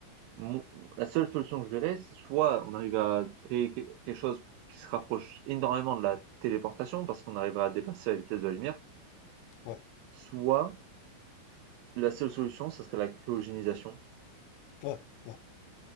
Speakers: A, on the right; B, on the left.
A: Mon la seule solution que je verrais, c'est soit on arrive à créer qu quelque chose qui se rapproche énormément de la téléportation parce qu'on arrivera à dépasser la vitesse de la lumière,
B: Ouais,
A: soit la seule solution, ce serait la cryogénisation.
B: ouais, ouais,